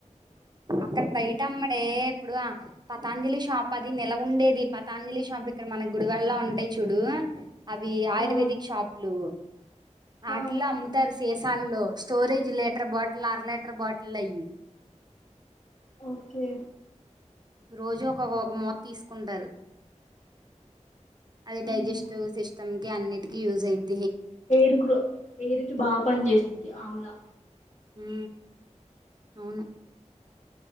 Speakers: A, on the right; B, on the left.
A: అక్కడ బయట అమ్మడే ఇప్పుడు పతాంజలి షాప్ అది నెల ఉండేది పతాంజలి షాప్ ఇక్కడ మన గుడివడలో ఉంటాయి చూడు అవి ఆయుర్వేదిక్
B: ఆ
A: షాపులు
B: ఆ
A: అట్లా అమ్ముతారు సి <unintelligible> స్టోరేజ్ లీటర్ బాటిల్ ఆర లీటర్ బాటిల్ అయ్యి
B: ఓకే
A: రోజు ఒకొ ఒక మోత తీసుకుంటారు అది
B: అవునా
A: డైజెస్టివ్ సిస్టమ్ కి అన్నికకి యూజ్ అయింది
B: పేరుకు పేరుకి బాగా పని చేసిద్ది ఆమ్లా
A: ఉ అవును